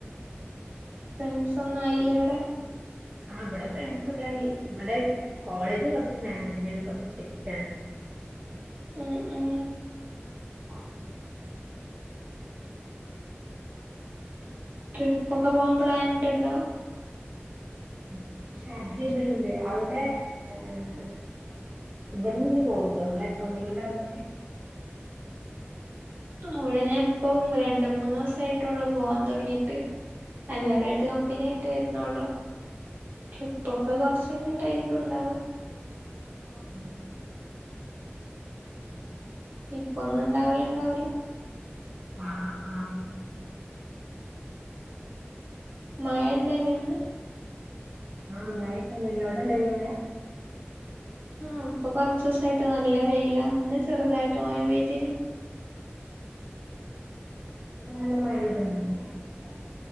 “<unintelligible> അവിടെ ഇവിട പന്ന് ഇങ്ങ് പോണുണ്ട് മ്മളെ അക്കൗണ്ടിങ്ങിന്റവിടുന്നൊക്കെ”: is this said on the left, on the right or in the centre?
Right